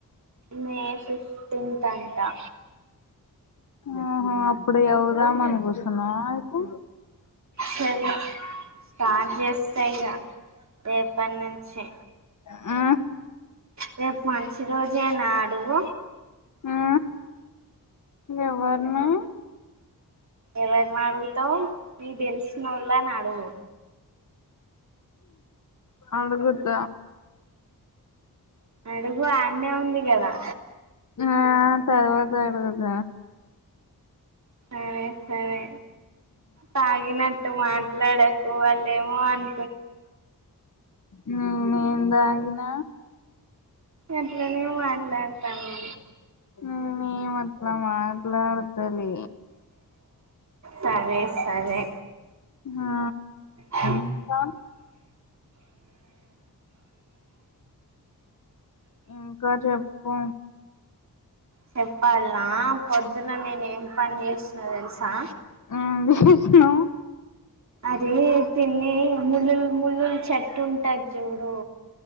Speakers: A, on the right; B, on the left.
A: మే ఫిఫ్టీన్త్ అంటా
B: ఆహా అప్పుడుయవ మానుకుసున్నాకు
A: సరే కాన్ జస్సయిగా రేపటి నుంచి
B: ఆ
A: రేపు మంచి రోజేనా దెవ్వ
B: ఆ ఎవరిని
A: ఎవరిని అడుగుతావ్ నీకు తెలిసినోళ్ళని అడుగు
B: అడుగుత
A: అడుగు ఆన్నే ఉంది కదా
B: ఆ తర్వాత అడుగుత
A: సరే సరే తాగినట్టు మా ట్లాడకు వాళ్ళేమో అన్
B: నా దాగిన
A: ఎట్ల ఇట్లనే మట్లాతాన్నను
B: నేనేం అట్లా మాట్లాడతలే
A: సరే సరే
B: ఆ
A: ఆ
B: ఇంకా ఇంకా చెప్పు
A: చెప్పాల్న పొద్దున నేను ఏం పని చేసిన తెలుసా
B: ఏం చేసినవ్
A: అదే పిన్ని ముళ్లులు ముళ్ళుల్ చెట్టు ఉంటది చూడు